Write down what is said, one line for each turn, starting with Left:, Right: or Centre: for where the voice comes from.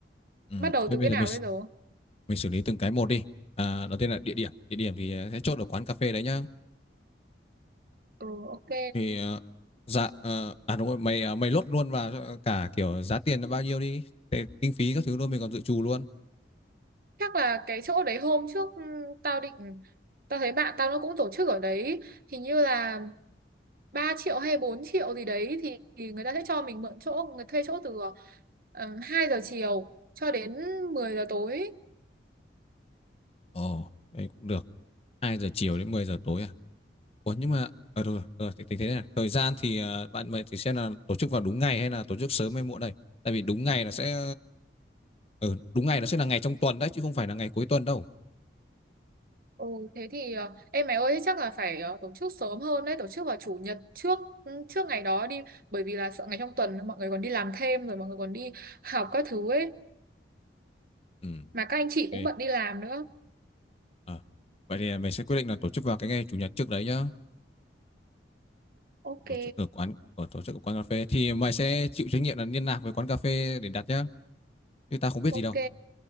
Left: Ừ.
Right: Bắt đầu
Left: Thế
Right: từ
Left: bây
Right: cái
Left: giờ
Right: nào
Left: mình
Right: bây giờ?
Left: mình xử lý từng cái một đi. À, đầu tiên là địa điểm. Địa điểm thì à, sẽ chốt ở quán cà phê đấy nhá.
Right: Ừ ok.
Left: Thì ờ, dạ ờ, à đúng rồi, mày ờ, mày lốt luôn vào cho cả kiểu giá tiền là bao nhiêu đi. Thế, kinh phí các thứ luôn mình còn dự trù luôn.
Right: chắc là cái chỗ đấy hôm trước ừm, tao định tao thấy bạn tao nó cũng tổ chức ở đấy hình như là 3 triệu hay 4 triệu gì đấy thì, thì người ta sẽ cho mình mượn chỗ người thuê chỗ từ um, 2 giờ chiều cho đến mười giờ tối
Left: Ồ, đấy cũng được. 2 giờ chiều đến 10 giờ tối à? Ủa nhưng mà ờ được rồi, được rồi, thì tính thế này. này. Thời gian thì ờ, bạn mình thì xem là tổ chức vào đúng ngày hay là tổ chức sớm hay muộn đây. Tại vì đúng ngày là sẽ ừ, đúng ngày nó sẽ là ngày trong tuần đấy chứ không phải là ngày cuối tuần đâu.
Right: ừ, thế thì ờ, em mày ơi chắc là phải ờ, tổ chức sớm hơn đấy tổ chức vào chủ nhật trước ừ, trước ngày đó đi bởi vì là sợ ngày trong tuần mọi người còn đi làm thêm rồi mọi người còn đi học các thứ ấy
Left: Ừ.
Right: mà các anh chị
Left: Ok.
Right: cũng bận đi làm nữa
Left: Ờ. Vậy thì mình sẽ quyết định là tổ chức vào cái ngày chủ nhật trước đấy nhá.
Right: ok
Left: Tổ chức ở quán ở tổ chức ở quán cà phê thì mày sẽ chịu trách nhiệm là liên lạc với quán cà phê để đặt nhá. Chứ ta không biết
Right: ok
Left: gì đâu.